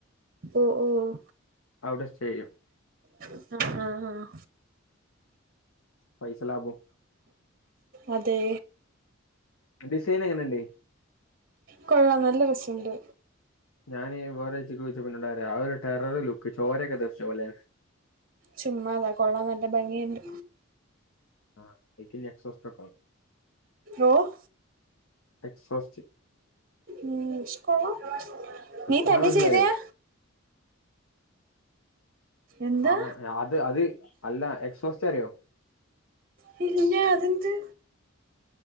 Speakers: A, on the right (about 45°); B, on the left (about 90°).
A: ഓഹ് ഓഹ്
B: അവിടെ സ്റ്റേ ചെയ്യും
A: ആഹ് ആഹ് ആഹ്
B: പൈസ ലാഭം
A: അതേ
B: ഡിസൈൻ എങ്ങനെയുണ്ട്
A: കൊള്ളാം നല്ല രസണ്ട്
B: ഞാന് വേറെ <unintelligible> രാവിലെ ഒരു ടെറർ ലുക്ക് ചോരെക്കെ തെറിച്ച പോലെയാണ്
A: ചുമ്മാതാ കൊള്ളാം നല്ല ഭംഗിയുണ്ട്
B: ആഹ് <unintelligible>
A: ഓഹ്
B: എക്സോസ്റ്റ്
A: ഉം ക്ഷെ കൊള്ളാം നീ
B: സാധനം
A: തന്നെ
B: മനസ്സിലായോ
A: ചെയ്തെയാ? എന്താ
B: ആഹ് അത് അത് അല്ല എക്സോസ്റ്റ് അറിയോ?
A: പിന്നെ അതെന്ത്?